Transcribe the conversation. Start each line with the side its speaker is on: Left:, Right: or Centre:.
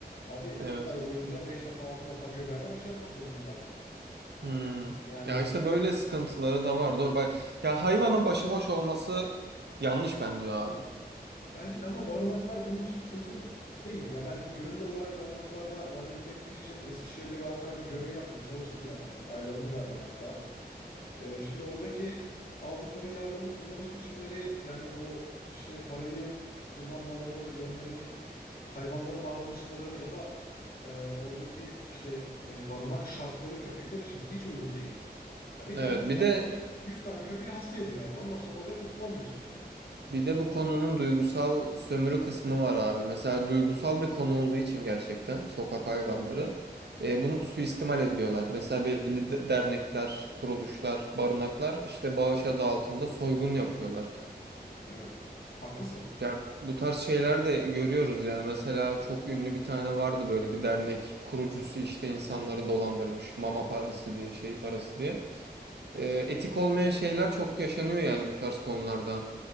Left: abi
Right: Evet.
Left: bir ay boyunca 5 defa 6 defa göbeğinden aşı yapmak zorunda kaldık.
Right: Hmm.
Left: Yani
Right: Ya işte böyle sıkıntıları da var. Doğru. Bak, ya hayvanın başıboş olması yanlış bence abi.
Left: Bence de ama barınaklar bunun için çözüm değil. Ya ben gönüllü olarak barınaklarda rehabilite etmek için Eskişehir'de ve Ankara'da görev yaptım. Çalıştım yani. Aylarımı verdim hatta. Ee, şimdi oradaki aldıkları yardımı kullanış biçimleri yani o işte parayı kullanmaları, yönleri, hayvanlara davranışları ya da e, oradaki işte e, barınak şartları köpekler için hiç uygun değil. Ya bir
Right: Evet.
Left: tane hasta
Right: Bir de
Left: köpek 100 tane köpeği hasta ediyor abi. Ondan sonra orada kurtulamıyorsun yani.
Right: bir de bu konunun duygusal sömürü kısmı var abi. Mesela duygusal bir konu olduğu için gerçekten sokak hayvanları e, bunu suistimal ediyorlar. Mesela belli de- dernekler, kuruluşlar, barınaklar işte bağış adı altında soygun yapıyorlar.
Left: Evet. Haklısın.
Right: Ya bu tarz şeyler de görüyoruz yani mesela çok ünlü bir tane vardı böyle bir dernek kurucusu işte insanları dolandırmış mama parası diye şey parası diye. Ee, etik olmayan şeyler çok yaşanıyor yani bu tarz konularda.